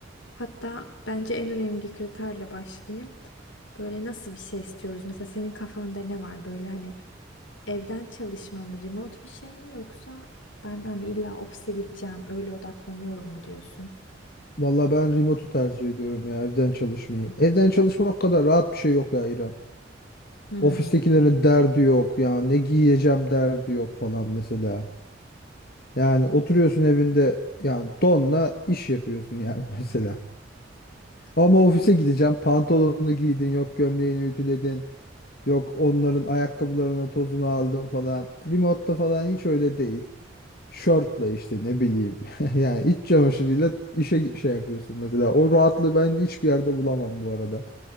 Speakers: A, on the left; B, on the left.
A: Hatta bence en önemli kriterle başlayayım. Böyle nasıl bir şey istiyoruz? Mesela senin kafanda ne var böyle hani evden çalışma mı remote bir şey mi yoksa ben hani illa ofise gideceğim öyle odaklanıyorum mu diyorsun?
B: Valla ben remote'u tercih ediyorum ya evden çalışmayı. Evden çalışmak kadar rahat bir şey yok ya İrem.
A: Hmm.
B: Ofistekilerin derdi yok ya ne giyeceğim derdi yok falan mesela. Yani oturuyorsun evinde yani donla iş yapıyorsun yani <laughs> mesela. Ama ofise
A: Ya,
B: gideceğim pantolonunu giydin yok gömleğini ütüledin yok onların ayakkabılarının tozunu aldın falan. Remote'da falan hiç öyle değil. Şortla işte ne bileyim. <laughs> Yani iç çamaşırıyla işe şey yapıyorsun mesela. O rahatlığı ben de hiçbir yerde bulamam bu arada.